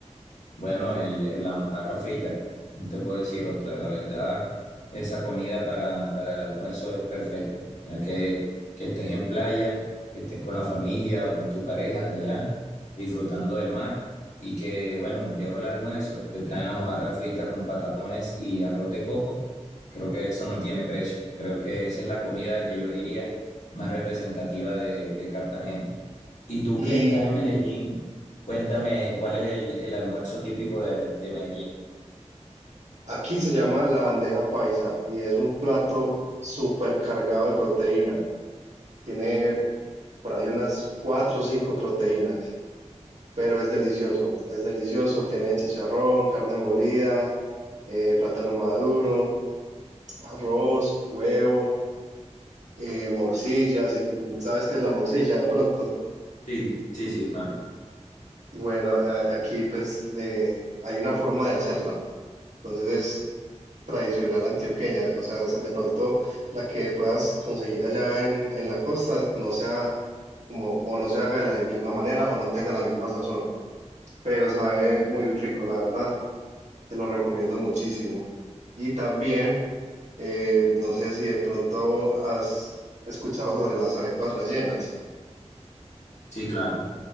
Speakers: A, on the left; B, on the right.
A: Bueno, el, el- la mojarra frita, no te puedo decir otra. La verdad, esa comida para, para el almuerzo es perfecta, ya que, que estés en playa, que estés con la familia o con tu pareja allá, disfrutando del mar, y que, bueno, llegó el almuerzo y te traen la mojarra frita con patacones y arroz de coco. Creo que eso no tiene precio. Creo que esa es la comida que yo diría más representativa de, de Cartagena. Y tú
B: Y
A: que estás en Sí. Medellín, cuéntame cuál es el, el almuerzo típico de, de Medellín.
B: aquí se llama la bandeja paisa y es un plato súper cargado de proteína. Tiene por ahí unas cuatro o cinco proteínas, pero es delicioso, es delicioso. Tiene chicharrón, carne molida, eh, plátano maduro, arroz, huevo. eh, morcilla, si sabes qué es la morcilla de pronto.
A: Sí, sí, sí, claro.
B: Bueno, a- aquí pues de- hay una forma de hacerla, entonces es tradicional antioqueña, o sea, de pronto la que puedas conseguir allá en, en la costa no sea como, o no se haga de la misma manera o no tenga la misma sazón, pero sabe muy rico, la verdad, te lo recomiendo muchísimo. Y también, eh, no sé si de pronto has escuchado sobre las arepas rellenas.
A: Sí, claro.